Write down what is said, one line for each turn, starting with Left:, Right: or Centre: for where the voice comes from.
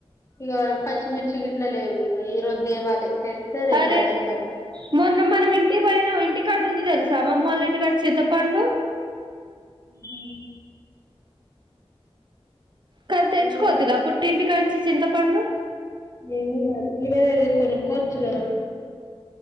Left: ఇక పచ్చిమిర్చి గట్లా లేవు ఇ ఈరోజు దేవాలి తెస్త రే
Right: అరే
Left: పదే పదే
Right: మొన్న మనం ఇంటికి పోయిన ఇంటికాడ ఉంది తెలుసా మమ్మ వాళ్ళ ఇంటికాడ చితప్పండు
Left: ఉహామ్
Right: కనీ తెచ్చుకోద్దుగా
Left: ఈడే
Right: పుట్టింటి కానించి చింతపండు
Left: ఏమన్నారు ఇడే కొనుక్కోవచ్చు కదా